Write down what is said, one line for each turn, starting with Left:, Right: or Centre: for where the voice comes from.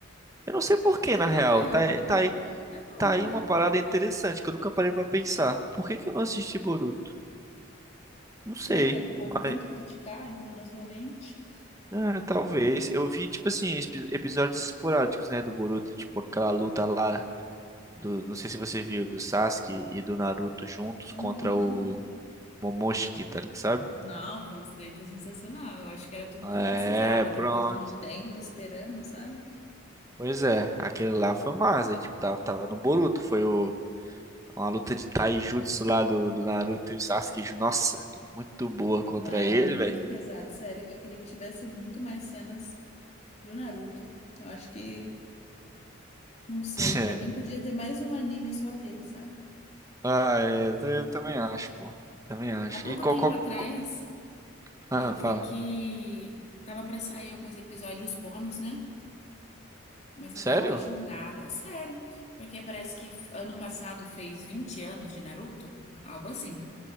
Right: eu não sei por que
Left: É,
Right: na
Left: não
Right: real.
Left: é que é ruim,
Right: Tá, aí-
Left: né?
Right: tá aí,
Left: É bom,
Right: tá aí
Left: mano.
Right: uma parada interessante que eu nunca parei pra pensar. Por que que eu não assisti Boruto? Não sei,
Left: Será que é do povo
Right: mas
Left: tanto criticar? Entrou na sua mente?
Right: é, talvez. Eu vi tipo assim espi- episódios esporádicos, né, do Boruto, tipo aquela luta lá do, não sei se você viu, do Sasuke e do Naruto juntos
Left: Uhum.
Right: contra o Momoshiki, tá, sabe?
Left: Não, foi, isso daí foi sensacional. Eu acho que era tudo
Right: É,
Left: que eu precisava depois
Right: pronto.
Left: de um tempo esperando, sabe?
Right: Pois é, aquele lá foi massa. E, tipo, tava, tava no Boruto. Foi o, uma luta de Taijutsu lá do, do Naruto e o Sasuke. Nossa, muito boa contra
Left: Mano,
Right: ele,
Left: muito
Right: velho.
Left: pesado, sério. Eu queria que tivesse muito mais cenas do Naruto. Eu acho que, não sei,
Right: <laughs>
Left: pra mim podia ter mais um anime só dele, sabe?
Right: Ah, é, eu, ta- eu também acho, pô. Também acho.
Left: Há pouco
Right: E qual,
Left: tempo
Right: qual,
Left: atrás,
Right: qual- Ah,
Left: eu vi
Right: fala.
Left: que tava pra sair alguns episódios bônus, né? Mas até
Right: Sério?
Left: hoje nada. Sério. Porque parece que ano passado fez 20 anos de Naruto, algo assim.